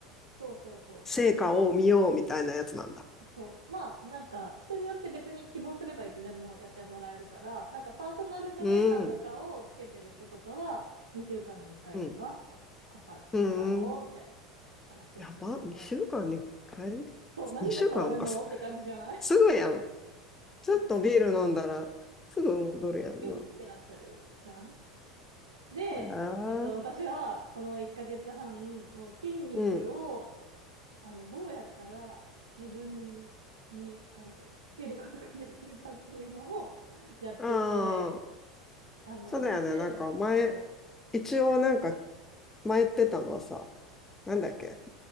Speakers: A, on the right; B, on the left.
A: そうそうそうそ
B: 成果を見ようみたいなやつなんだ。
A: う。そう。まあ、なんか、人によって別に希望すればいつでもやってもらえるから、なんかパーソナルトレーナーとかをつけてる人とかは、
B: うん。
A: 2週間に1回とか、
B: うん。
A: 測る、
B: うん。
A: 測ろう、みたいな話をしてたけど、
B: やば。2週間にいっかい
A: そう、何が変わるのって感じじゃない
B: ?2 週間なんかす、すぐやん。
A: <laughs>
B: ちょっとビール飲んだら、
A: そう
B: すぐ戻るやんな。
A: ピュンってなっちゃうじゃん。で、
B: あ
A: えっと、
B: あ。
A: 私は、この1ヶ月半、もう筋肉を、
B: うん
A: あの、どうやったら自分に、なんていうの、つけることができるかっていうのを <laughs> やってて、
B: ああ、
A: あの、
B: そうだよね。
A: 一応、
B: なんか前、
A: そう、
B: 一応なんか前言ってたのはさ、なんだっけ